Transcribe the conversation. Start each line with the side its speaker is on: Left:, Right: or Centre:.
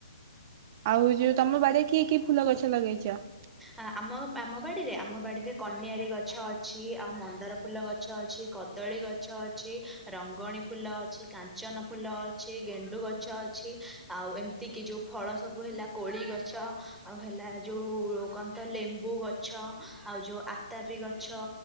Right: ଆଉ ଯୋଉ ତମ ବାଡିରେ କି କି ଫୁଲ ଗଛ ଲଗେଇଚ?
Centre: ଆ ଆମ ଆମ ବାଡିରେ ଆମ ବାଡିରେ କନିଆରି ଗଛ ଅଛି ଆଉ ମନ୍ଦାର ଫୁଲ ଗଛ ଅଛି। କଦଳୀ ଗଛ ଅଛି ରଙ୍ଗଣୀ ଫୁଲ ଅଛି କାଞ୍ଚନ ଫୁଲ ଅଛି ଗେଣ୍ଡୁ ଗଛ ଅ ଅଛି ଆଉ ଏମିତି କି ଯୋଉ ଫଳ ସବୁ ହେଲା କୋଳି ଗଛ ଆଉ ହେଲା ଯୋଉ କନ୍ତ ଲେମ୍ବୁ ଗଛ ଆଉ ଯୋଉ ଆତାପି ଗଛ।